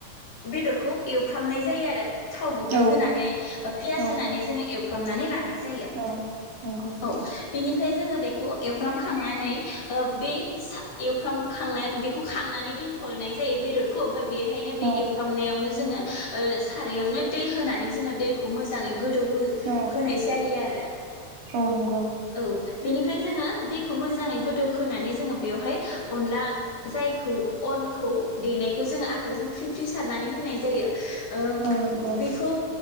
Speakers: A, on the left; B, on the right.
A: बेदरखौ एवफ्रामनाय जायो आरो थाव गुबै
B: औ
A: होनानै ओ पियास
B: औ
A: होनानै जोङो फ्रामनानै लानाय जायो
B: औ नंगौ
A: औ बेनिफ्राय जोङो बेखौ एवफ्रामखांनानै बे एवफ्राम खांनानै बेखौ खांनानै दोन्थ'नाय जायो बेदरखौ दा बेहायनो बे
B: औ
A: एवफ्रामनायावनो जोङो सारायावनो दै होनानै जोो दैखौ मोजाङै गोदौ
B: औ नंगौ
A: होनाय जायो आरो
B: औ नांगौ
A: औ बेनिफ्राय जोङो दैखौ मोजाङै गोदौ होनोनानै जोङो बेवहाय अनला जायखौ अनखौ देनायखौ जोङो आखाइजों फ्रि फ्रि सारनानै होनाय जायो। ओ
B: औ नंगौ औ नंगौ
A: बेखौ